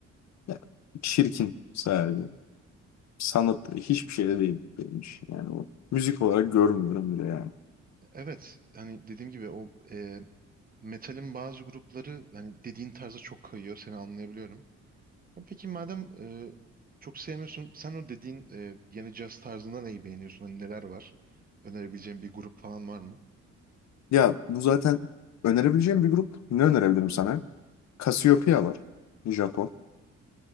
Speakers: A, on the left; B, on the right.
A: Ya, çirkin sadece. Sanat hiçbir şey de değil benim için. Yani o müzik olarak görmüyorum bile yani.
B: Evet hani dediğim gibi o e, metalin bazı grupları hani dediğin tarza çok kayıyor seni anlayabiliyorum. Ama Peki madem e, çok sevmiyorsun sen o dediğin e, yeni caz tarzında neyi beğeniyorsun? Hani neler var? Önerebileceğin bir grup falan var mı?
A: Ya bu zaten önerebileceğim bir grup. Ne önerebilirim sana? Cassiopeia var. Japon.